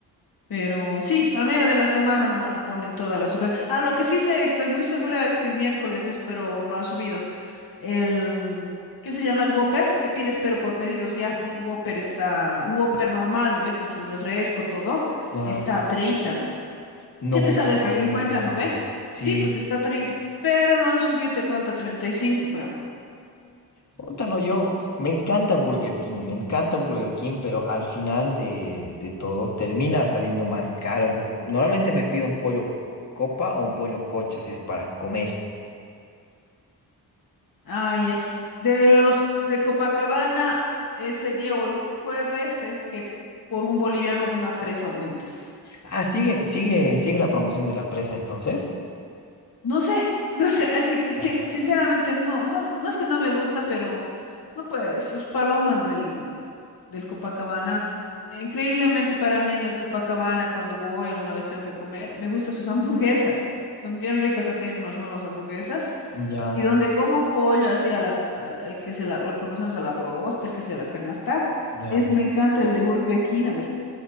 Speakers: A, on the left; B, on the left.
A: Pero sí, al medio de la semana nomás lo ponen todas las ofertas. Ah, lo que sí sé, estoy muy segura es que el miércoles es, pero lo han subido. el, ¿qué se llama? El Whopper, que pides pero por pedidos ya. El Whopper está, un Whopper normal, ¿no ve? Con su refresco, todo,
B: Ya.
A: está a 30.
B: No,
A: ¿Qué te sale hasta
B: eh,
A: 50 no ve?
B: sí,
A: Sí, pues está a 30, pero lo han subido, te cuenta treinta y cinco creo.
B: ótalo yo. Me encanta Burger King, me encanta Burger King, pero al final de, de todo termina saliendo más caro. Entonces, normalmente me pido un pollo copa o un pollo coche, si es para comer.
A: Ah, ya. De los de Copacabana, ese día o el jueves es que por un boliviano una presa aumentas.
B: Ah, sigue, sigue, sigue la promoción de la presa entonces.
A: No sé, <laughs> no sé, así que es
B: Ah,
A: que sinceramente no, no, no es que no me gusta, pero no pues, sus palomas del, del Copacabana, increíblemente para mí en el Copacabana cuando voy alguna vez tengo que comer, me gustan sus hamburguesas, son bien ricas, han tenido unas nuevas hamburguesas,
B: Ya,
A: y donde como pollo así a la, al, al que se la, lo conocemos a la broster, que se la canasta,
B: ya.
A: es, me encanta el de Burger King, a ver,